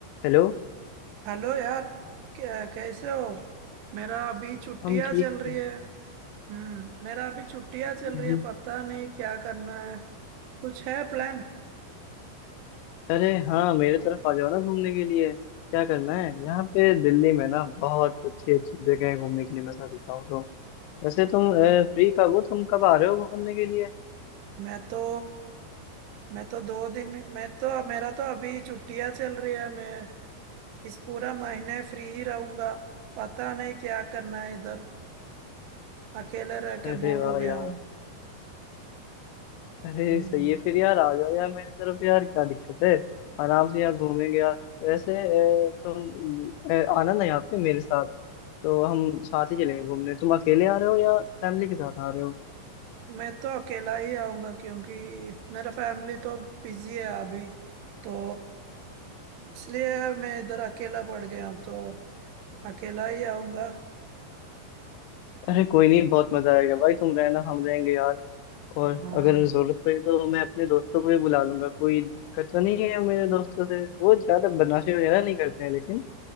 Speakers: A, on the left; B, on the right.
A: Hello
B: Hello यार कै- कैसे हो मेरा अभी छुट्टियां
A: हम ठीक
B: चल रही
A: है
B: है हम्म मेरा अभी छुट्टियां
A: हम्म,
B: चल रही है पता नहीं क्या करना है कुछ है प्लान
A: अरे हाँ मेरे तरफ आ जाओ ना घूमने के लिए क्या करना है यहाँ पे दिल्ली में ना बहुत अच्छी अच्छी जगह है घूमने के लिए मैं सच बताऊँ तो वैसे तुम फ्री कब हो तुम कब आ रहे हो घूमने के लिए
B: मैं तो मैं तो दो दिन मैं तो मेरा तो अभी छुट्टियां चल रही है मैं इस पूरा महीने फ्री ही रहूंगा पता नहीं क्या करना है इधर अकेले रह के
A: अरे
B: बोर
A: वाह
B: हो गया
A: यार
B: हूँ
A: अरे
B: हम्म,
A: सही है फिर यार आ जाओ यार मेरे तरफ यार क्या दिक्कत है आराम से यार घूमेंगे यार वैसे अ, तुम अ, आना ना यहाँ पे मेरे साथ तो हम साथ ही चलेंगे घूमने तुम अकेले आ रहे हो या फैमिली के साथ आ रहे हो
B: मैं तो अकेला ही आऊंगा क्योंकि मेरा फैमिली तो बिजी है अभी तो इसलिए यार मैं इधर अकेला पड़ गया हूँ तो अकेला ही आऊंगा
A: अरे कोई नहीं बहुत मजा आएगा भाई तुम रहना हम रहेंगे यार और
B: हाँ
A: अगर जरूरत पड़ी तो मैं अपने दोस्तों को भी बुला लूंगा कोई दिक्कत तो नहीं है मेरे दोस्तों से वो ज्यादा बदमाशी वगैरह नहीं करते हैं लेकिन